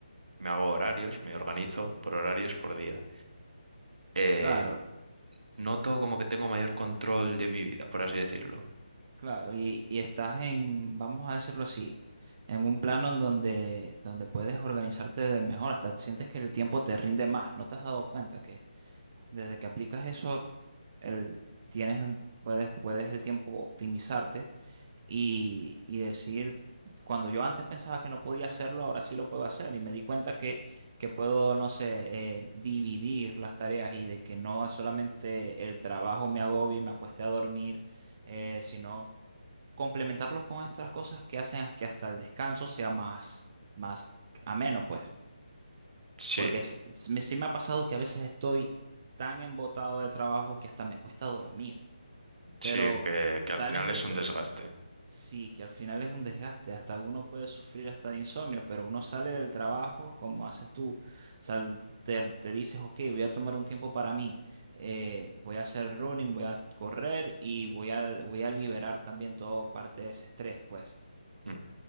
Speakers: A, on the right; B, on the right.
A: me hago horarios, me organizo por horarios
B: ok,
A: por día, eh,
B: claro,
A: noto como que tengo mayor control de mi vida, por así decirlo.
B: claro, y, y estás en, vamos a decirlo así. en un plano en donde, donde puedes organizarte de mejor, hasta sientes que el tiempo te rinde más. ¿No te has dado cuenta que, Desde que aplicas eso, el, tienes, un- puedes, puedes el tiempo optimizarte y, y decir, cuando yo antes pensaba que no podía hacerlo, ahora sí lo puedo hacer. Y me di cuenta que, que puedo, no sé, eh, dividir las tareas y de que no solamente el trabajo me agobie y me acueste a dormir, eh, sino complementarlo con estas cosas que hacen que hasta el descanso sea más, más ameno, pues.
A: Sí,
B: Porque s- s- me- sí me ha pasado que a veces estoy tan embotado de trabajo que hasta me cuesta dormir.
A: sí,
B: Pero
A: que,
B: sales
A: que al final
B: del...
A: es un
B: tra-
A: desgaste.
B: s- Sí, que al final es un desgaste. Hasta uno puede sufrir hasta de insomnio, pero uno sale del trabajo, como haces tú. Sal- te, te dices, ok, voy a tomar un tiempo para mí. eh, voy a hacer running, voy a correr y voy a, voy a liberar también toda parte de ese estrés, pues.
A: Mm.